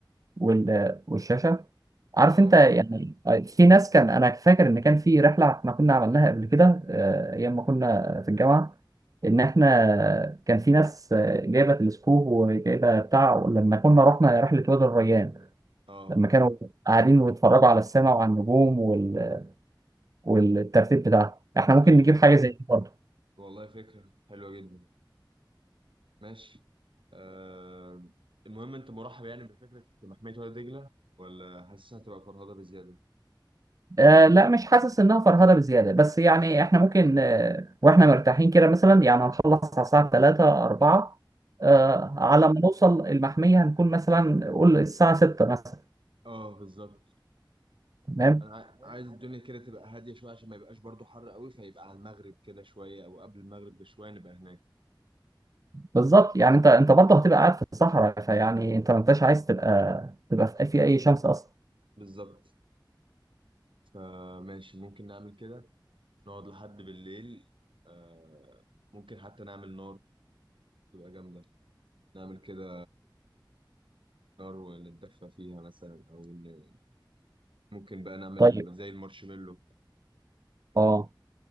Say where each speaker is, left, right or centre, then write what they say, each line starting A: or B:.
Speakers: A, on the right (about 45°); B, on the right (about 85°).
A: وال- آه، والشاشه عارف
B: اه
A: انت يعني آه، في ناس كان انا فاكر ان كان في رحله احنا كنا عملناها قبل كده آه، ايام ما كنا في الجامعه ان احنا كان في ناس آه، جايبه تلسكوب وجايبه بتاع لما كنا رحنا رحله وادي الريان
B: اه
A: لما كانوا قاعدين ويتفرجوا على السماء وعلى النجوم وال- والترتيب بتاعها احنا ممكن
B: ايوه
A: نجيب حاجه زي دي برضو
B: والله فكرة حلوة جدا ماشي آه المهم انت مرحب يعني بفكرة محمية وادي دجلة ولا حاسسها هتبقى فرهضة بزيادة
A: آه لا مش حاسس انها فرهده بزياده بس يعني احنا ممكن آه واحنا مرتاحين كده مثلا يعني هنخلص على الساعه 3 4 آه
B: اه
A: على ما نوصل المحميه هنكون مثلا قول الساعه 6 مثلا
B: اه بالظبط
A: تمام
B: انا عا- عايز الدنيا كده تبقى هادية شوية عشان ما يبقاش برضو حر قوي فيبقى على المغرب كده شوية او قبل المغرب بشوية نبقى هناك
A: وبالظبط يعني انت انت برضه هتبقى قاعد في الصحراء فيعني انت ما انتش عايز تبقى تبقى في في اي شمس اصلا
B: بالظبط فماشي ممكن نعمل كده نقعد لحد بالليل آه ممكن حتى نعمل نار تبقى جامدة نعمل كده نار ونتدفى فيها مثلا أو ن- ممكن بقى نعمل
A: طيب
B: زي المارشميلو فاهم
A: اه